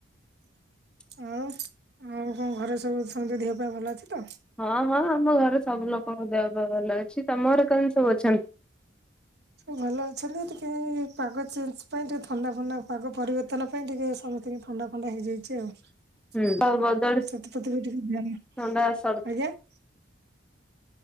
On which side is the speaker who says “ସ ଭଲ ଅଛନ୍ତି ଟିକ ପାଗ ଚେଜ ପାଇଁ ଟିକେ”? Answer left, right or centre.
Right